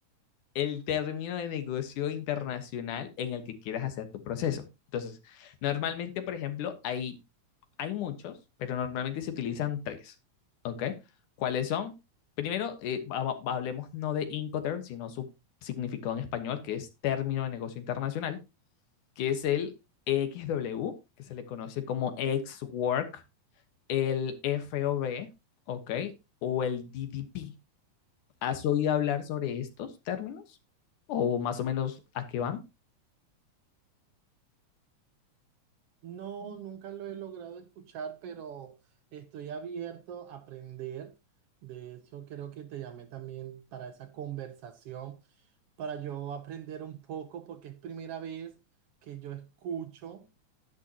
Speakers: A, on the left; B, on the right.
A: el término de negocio internacional en el que quieras hacer tu proceso. Entonces, normalmente, por ejemplo, hay, hay muchos, pero normalmente se utilizan tres, ¿ok? ¿Cuáles son? Primero, eh, ha- ha- hablemos no de Incoterm, sino su significado en español, que es término de negocio internacional, que es el EXW, que se le conoce como ex-work el FOB, ¿ok? O el DDP. ¿Has oído hablar sobre estos términos? ¿O más o menos a qué van?
B: No, nunca lo he logrado escuchar, pero estoy abierto a aprender. De hecho, creo que te llamé también para esa conversación para yo aprender un poco, porque es primera vez que yo escucho